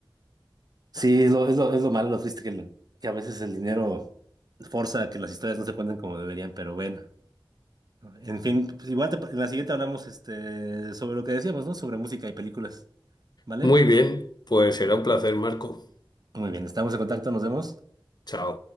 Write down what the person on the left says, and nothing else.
Muy bien, pues será un placer, Marco.
Chao.